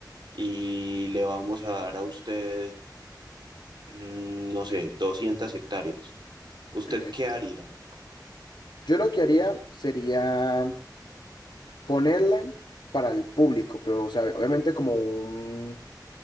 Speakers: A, on the right; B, on the left.
A: y le vamos a dar a usted, mm, no sé, 200 hectáreas. ¿Usted
B: ok.
A: qué haría?
B: Yo lo que haría sería ponerla para el público, pero o sea, obviamente como un,